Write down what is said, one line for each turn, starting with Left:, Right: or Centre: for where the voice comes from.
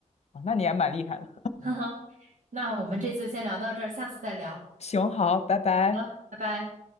Left: 啊，那你还蛮厉害的。
Right: <laughs> 哈哈，那我们这次先聊到这儿，下次再聊。
Left: <laughs> 行，好，拜拜。
Right: 好了，拜拜。